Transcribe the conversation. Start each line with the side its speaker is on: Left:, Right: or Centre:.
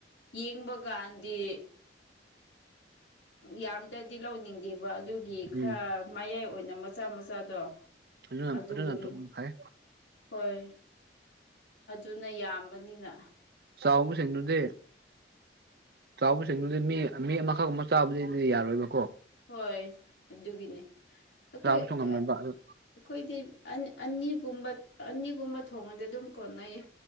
Left: ꯌꯦꯡꯕ ꯀꯥꯟꯗꯤ ꯌꯥꯝꯗꯗꯤ ꯂꯧꯅꯤꯡꯗꯦꯕ ꯑꯗꯨ ꯒꯤ
Right: ꯎꯝ
Left: ꯈꯔ ꯃꯌꯥꯏ ꯑꯣꯏꯅ ꯃꯆꯥ ꯃꯆꯥꯗꯣ
Right: ꯑꯗꯨꯅ
Left: ꯑꯗꯨꯒꯨꯝ
Right: ꯑꯗꯨꯅ ꯐꯩ
Left: ꯍꯣꯏ ꯑꯗꯨꯅ ꯌꯥꯝꯕꯅꯤꯅ
Right: ꯆꯥꯎꯕ ꯁꯤꯡꯗꯨꯗꯤ ꯆꯥꯎꯕꯁꯤꯡꯗꯨꯗꯤ ꯃꯤ ꯃꯤ ꯑꯃꯈꯛ ꯑꯃ ꯆꯥꯕꯗꯗꯤ ꯌꯥꯔꯣꯏꯕ
Left: ꯍꯣꯏ ꯑꯗꯨꯒꯤꯅꯦ ꯑꯩꯈꯣꯏ
Right: ꯆꯥꯕꯁꯨ ꯉꯝꯂꯣꯏꯕ
Left: ꯑꯥ ꯑꯩꯈꯣꯏꯗꯤ
Right: ꯑꯗꯨ
Left: ꯑꯅꯤꯒꯨꯝꯕ ꯑꯅꯤꯒꯨꯝꯕ ꯊꯣꯡꯉꯗꯤ ꯑꯗꯨꯝ ꯀꯣꯟꯅꯩꯌꯦ